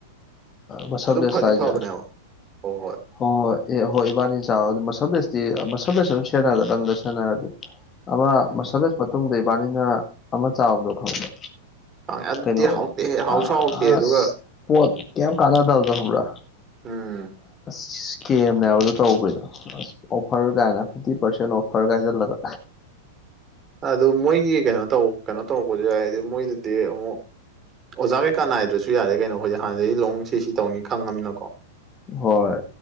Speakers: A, on the left; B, on the right.
A: ꯃꯁꯜ
B: ꯑꯗꯨ
A: ꯕꯦꯁ
B: ꯐꯗꯤ
A: ꯍꯥꯏꯁꯦ
B: ꯐꯕꯅꯦꯕ ꯍꯣꯏ ꯍꯣꯏ
A: ꯍꯣꯏ ꯍꯣꯏ ꯑꯦ ꯍꯣꯏ ꯏꯕꯥꯅꯤ ꯆꯥꯎꯥꯛꯣ ꯑꯗꯨ ꯃꯁꯜ ꯦꯁꯇꯤ ꯃꯁꯜ ꯔꯦꯁ ꯑꯗꯨꯝ ꯁꯦꯟꯅꯔꯒ ꯅ ꯑꯝꯗ ꯁꯥꯟꯟꯅꯅꯔ ꯑꯗꯨꯗꯤ ꯑꯃ
B: ꯎꯝ
A: ꯃꯁꯂꯦꯁ ꯃꯇꯨꯡꯗ ꯏꯕꯥꯅꯤꯅ ꯑꯃ ꯆꯥꯎꯥꯕꯗꯣ ꯈꯪꯕ
B: ꯈꯪꯉꯦ ꯑꯗꯨꯗꯤ
A: ꯀꯩꯅꯅ
B: ꯍꯥꯎꯇꯦ ꯍꯥꯎꯁꯨ
A: ꯑ
B: ꯍꯥꯎꯇꯦ
A: ꯑ
B: ꯑꯗꯨꯒ
A: ꯄꯣ ꯀꯌꯥꯝ ꯀꯥꯗꯥꯗꯗ ꯍꯂꯁ
B: ꯎꯝ
A: ꯏꯁ ꯀꯦꯝꯅꯦꯕꯗꯣ ꯇꯧꯕꯣꯏꯗꯣ ꯑꯣꯐꯔ ꯀꯥꯏꯅ ꯐꯤꯐꯇꯤ ꯄꯔꯁꯦꯟ ꯑꯣꯐꯔ ꯀꯥꯏꯁꯤꯠꯂꯒ
B: ꯑꯗꯨ ꯃꯣꯏꯒꯤ ꯀꯩꯅꯣ ꯇꯧ ꯀꯩꯅꯣ ꯇꯧꯔꯛꯄꯁꯨ ꯍꯥꯏꯗꯤ ꯃꯣꯏꯗꯨꯗꯤ ꯑꯃꯨꯛ ꯑꯣꯖꯥ ꯀꯩꯀꯥ ꯅꯥꯏꯗ꯭ꯔꯁꯨ ꯌꯥꯔꯦ ꯀꯩꯅꯣ ꯑꯩꯈꯣꯏꯛ ꯍꯥꯟꯅꯗꯩ ꯂꯣꯡ ꯁꯤ ꯁꯤ ꯇꯧꯅꯤ ꯈꯪꯉꯝꯅꯀꯣ
A: ꯍꯣꯏ